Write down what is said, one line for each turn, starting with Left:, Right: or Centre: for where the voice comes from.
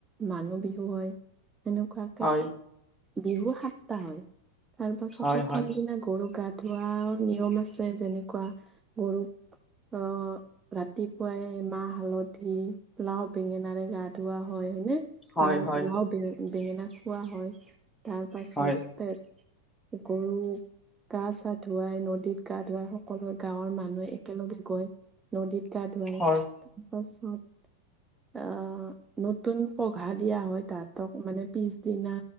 Right: মানুহ বিহু হয় সেনেকুৱা।
Centre: হয়
Right: বিহু সাতটা হয়, তাৰ পাছত
Centre: হয়
Right: প্ৰথম
Centre: হয়
Right: দিনা গৰু গাত ধোৱাৰ নিয়ম আছে, যেনেকুৱা গৰুক আহ ৰাতিপুৱাই মাহ হালধি লাও বেঙেনাৰে গা ধোৱা হয় হয়নে।
Centre: হয়
Right: লাং
Centre: হয়
Right: লাও বেঙ বেঙেনা খোৱা হয় তাৰ পাছতে।
Centre: হয়
Right: গৰু গা চা ধুৱাই নদীত গা ধুৱাই সকলো গাঁৱৰ মানুহে একেলগে গৈ। নদীত গা ধুৱাই
Centre: হয়
Right: তাৰপাছত আহ নতুন পঘা দিয়া হয়, তাহতক মানে পিছদিনা